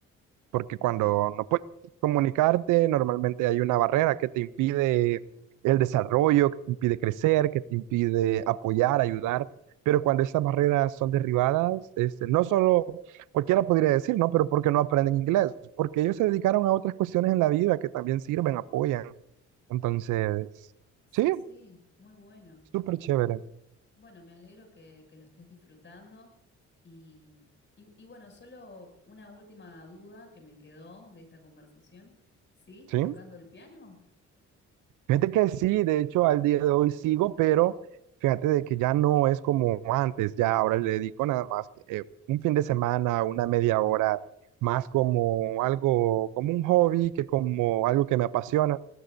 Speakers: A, on the right; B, on the left.
A: porque
B: Qué
A: cuando
B: bueno.
A: no puedes comunicarte, normalmente hay una barrera que te impide el desarrollo, que te impide crecer, que te impide apoyar, ayudar. Pero cuando estas barreras son derribadas, este, no solo cualquiera podría decir, ¿no? Pero porque no aprenden inglés, porque ellos se dedicaron a otras cuestiones en la vida que también sirven, apoyan. Entonces,
B: Sí,
A: sí,
B: sí, muy bueno.
A: súper chévere,
B: Bueno, me alegro que, que lo estés disfrutando y, y- y bueno, solo una última duda que me quedó de esta conversación. ¿Seguiste
A: ¿sí?
B: tocando el piano?
A: Fíjate que sí, de hecho al día de hoy sigo, pero fíjate de que ya no es como antes, ya ahora le dedico nada más que, eh, un fin de semana, una media hora, más como algo, como un hobby que como algo que me apasiona.